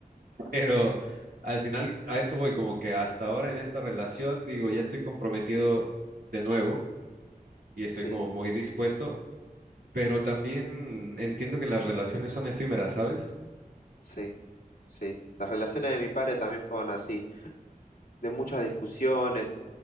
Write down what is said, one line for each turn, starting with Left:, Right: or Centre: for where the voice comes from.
Right: <laughs> pero al final a eso voy, como que hasta ahora en esta relación, digo, ya estoy comprometido de nuevo y estoy
Left: Sí,
Right: como muy dispuesto, pero también entiendo que las relaciones son efímeras, ¿sabes?
Left: sí, sí. Las relaciones de mi padre también fueron así, de muchas discusiones,